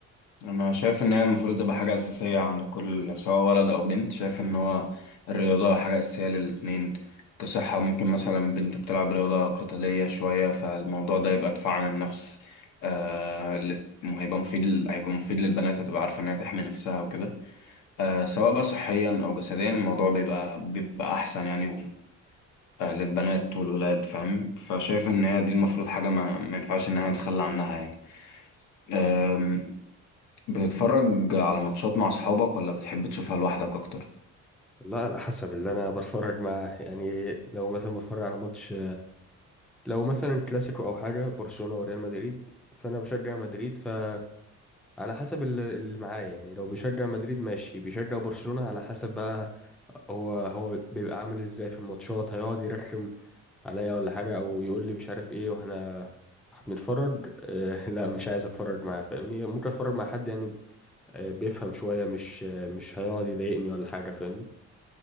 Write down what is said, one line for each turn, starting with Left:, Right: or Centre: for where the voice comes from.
Left: انا شايف ان هي المفروض تبقى حاجه اساسيه عند كل سواء ولد او بنت شايف ان هو الرياضه حاجه اساسيه للاتنين كصحه ممكن مثلا بنت بتلعب رياضه قتاليه شويه فالموضوع ده يبقى دفاع عن النفس آه ل- هيبقى مفيد ل- هيبقى مفيد للبنات هتبقى عارفه انها تحمي نفسها وكده آه سواء بقى صحيا او جسديا الموضوع بيبقى بيبقى احسن يعني و... آه، للبنات والولاد فاهم فشايف ان هي دي المفروض حاجه ما, ما ينفعش ان انا اتخلى عنها يعني بتتفرج على ماتشات مع أصحابك ولا بتحب تشوفها لوحدك أكتر؟
Centre: لا على حسب اللي انا بتفرج معاه يعني لو مثلا بتفرج على ماتش لو مثلا كلاسيكو او حاجه برشلونه وريال مدريد فانا بشجع مدريد فعلى حسب ال- اللي معايا يعني لو بيشجع مدريد ماشي بيشجع برشلونه على حسب بقى هو هو بيبقى عامل ازاي في الماتشات هيقعد يرخم عليا ولا حاجه او يقول لي مش عارف ايه واحنا بنتفرج آه لا مش عايز اتفرج معاه فاهمني ممكن اتفرج مع حد يعني آه، بيفهم شويه مش آه، مش هيقعد يضايقني ولا حاجه فاهمني